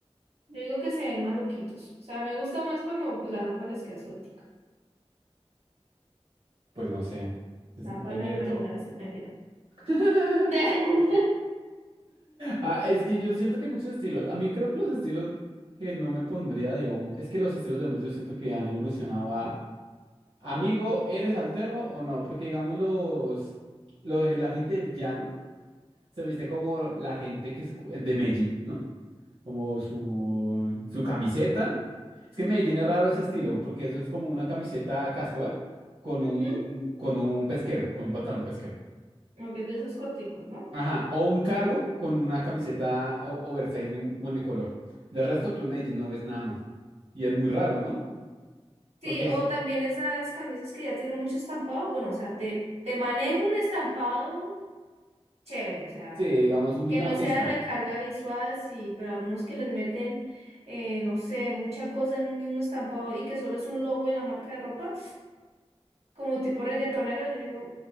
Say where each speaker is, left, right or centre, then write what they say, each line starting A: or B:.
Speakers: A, on the right; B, on the right.
A: Yo digo que se ven maluquitos. O sea, me gusta más cuando pues, la ropa les queda sueltica.
B: pues no sé. Es-
A: Da
B: Depende
A: para la
B: de
A: imaginación,
B: todo.
A: mentira.
B: <laughs>
A: <laughs> Ujú,
B: Ah, es que yo siento que hay muchos estilos. A mí creo que los estilos que no me pondría de hombre... Es que los estilos de hombres yo siento que han evolucionado a... Amigo, ¿eres alterno o no? Porque digamos los... los la gente del llano se viste como la gente que es cu- de Medellín, ¿no? como su, su camiseta. Es que en Medellín es raro ese estilo, porque eso es como una camiseta casual con
A: ujú.
B: un, con un pesquero, con un pantalón pesquero.
A: Aunque es de esos corticos, ¿no?
B: Ajá, o un cargo con una camiseta o- oversize de un monocolor. Del resto, tú en Medellín no ves nada más. Y es muy raro, ¿no? Porque
A: Sí, o
B: es,
A: también esas camisas que ya tienen mucho estampado. Bueno, o sea, te, te manejo un estampado chévere, o sea,
B: sí, digamos, un- de
A: que
B: un
A: no
B: artista.
A: sea recarga visual, sí, pero algunos que les meten, eh, no sé, mucha cosa en un mismo estampado y que solo es un logo de la marca de ropa, como tipo reggaetonero, yo digo,